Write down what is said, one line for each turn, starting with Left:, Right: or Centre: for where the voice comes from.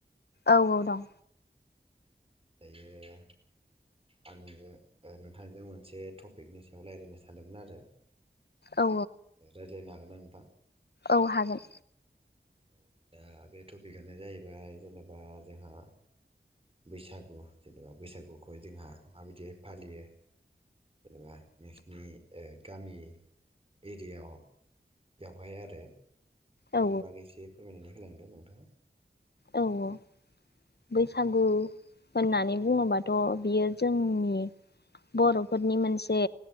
Left: औ औ दं
Right: दायो आं नोंजों नोंथांजों मोनसे टपिकनि सायाव रायलायनो सानदोंमोन आरो
Left: औ
Right: रायज्लायनो हागोन आं नोंथां?
Left: औ हागोन
Right: औ दा बे टपिकआनो जाहैबाय जेनेबा जोंहा बैसागु जेनेबा बैसागुखौ जोंहा माबायदि फालियो जेनेबा नोंसिनि ओ गामि एरियायाव बेवहाय आरो बेफोरनि
Left: औ
Right: बागै एसे फोरमायनानै होलांदों नोंथाङा
Left: औ औ बैसागु
Right: औ
Left: होननानै बुङोबाथ बियो जोंनि बरफोरनि मोनसे